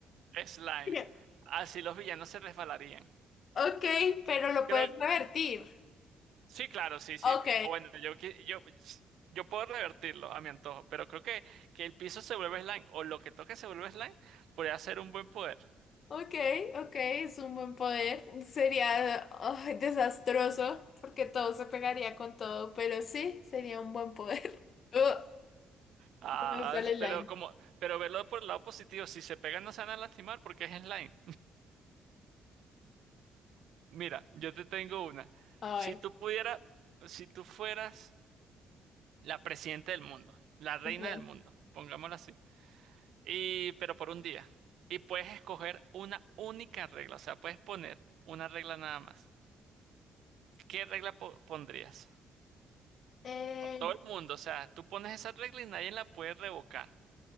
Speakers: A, on the right; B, on the left.
A: Slime.
B: <laughs>
A: Así los villanos se resbalarían.
B: Ok, pero lo
A: Creo,
B: puedes revertir.
A: sí, claro, sí, sí.
B: Ok,
A: O bueno, yo qui- yo yo puedo revertirlo a mi antojo, pero creo que que el piso se vuelve slime o lo que toque se vuelve slime podría ser un buen poder.
B: ok, ok, es un buen poder. Sería ay, desastroso porque todo se pegaría con todo, pero sí, sería un buen poder. <laughs> Uh,
A: Ah,
B: no me gusta el
A: es- pero
B: slime.
A: como, pero verlo por el lado positivo, si se pegan no se van a lastimar porque es slime. Mira, yo te tengo una.
B: Ay,
A: Si tú pudieras, si tú fueras la presidenta del mundo, la reina
B: ok.
A: del mundo, pongámoslo así, y pero por un día, y puedes escoger una única regla, o sea, puedes poner una regla nada más. ¿Qué regla po- pondrías?
B: Eh,
A: Todo el mundo, o sea, tú pones esa regla y nadie la puede revocar.